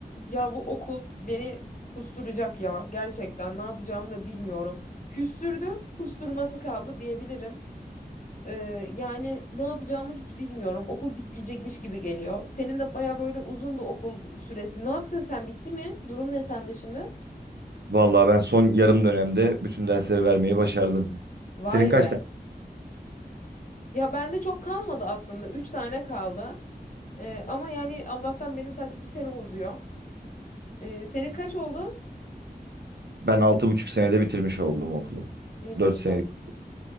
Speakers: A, on the left; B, on the right.
A: Ya bu okul beni kusturacak ya. Gerçekten ne yapacağımı da bilmiyorum. Küstürdü, kusturması kaldı diyebilirim. Ee, yani ne yapacağımı hiç bilmiyorum. Okul bitmeyecekmiş gibi geliyor. Senin de baya böyle uzundu okul süresi. Ne yaptın sen? Bitti mi? Durum ne sende şimdi?
B: Vallahi ben son yarım dönemde bütün dersleri vermeyi başardım.
A: Vay
B: Senin kaç
A: be.
B: tane?
A: Ya bende çok kalmadı aslında. Üç tane kaldı. Ee, ama yani Allah'tan benim sadece bir sene uzuyor. Ee, senin kaç oldu?
B: Ben altı buçuk senede bitirmiş oldum okulu.
A: Ey maşallah.
B: 4 senelik.